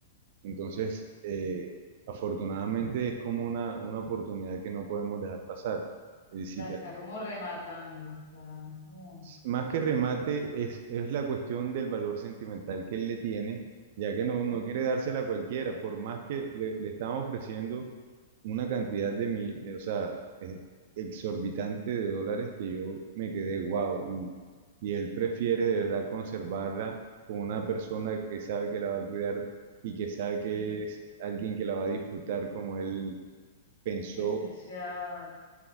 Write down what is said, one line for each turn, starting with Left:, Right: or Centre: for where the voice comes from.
Right: Entonces, eh, afortunadamente es como una, una oportunidad que no podemos dejar pasar. Eh, si
Left: La
Right: te
Left: está como rematando, la está como,
Right: más que remate, es, es la cuestión del valor sentimental que él le tiene, ya que no, no
Left: mm,
Right: quiere dársela a cualquiera, por más que le, le estaban ofreciendo una cantidad de, mi, de, o sea, eh, exorbitante de dólares que yo me quedé wow, y, y él prefiere de verdad conservarla con una persona que sabe que la va a cuidar y que sabe que
Left: mm,
Right: es alguien que la va a disfrutar como él pensó
Left: qué especial.